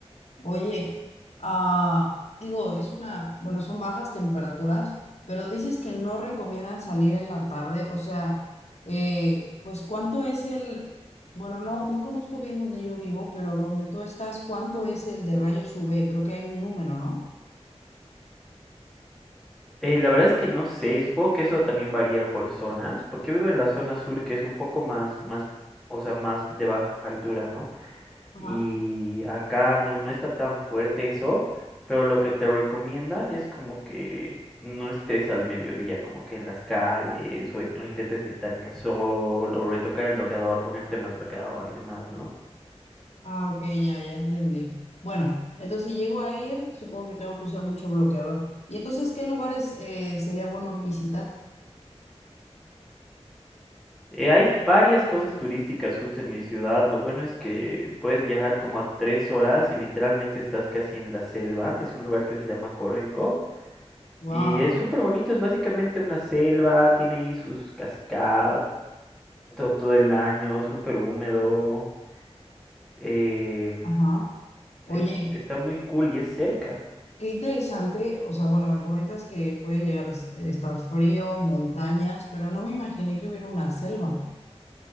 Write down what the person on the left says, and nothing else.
Oye, ah, digo, es una, bueno, son bajas temperaturas, pero dices que no recomiendan salir en la tarde, o sea, eh, pues ¿cuánto es el, bueno, no, no conozco bien donde yo vivo, pero donde tú estás, ¿cuánto es el de rayos UV? Creo que hay un número, ¿no?
Ajá.
Ah, ok, ya, ya entendí. Bueno, entonces si llego a ir, supongo que tengo que usar mucho bloqueador. ¿Y entonces qué lugares eh, sería bueno visitar?
Wow.
Ajá. Oye.
Qué interesante, o sea, bueno, me comentas que puede llegar a s- estar frío, montañas, pero no me imaginé que hubiera una selva.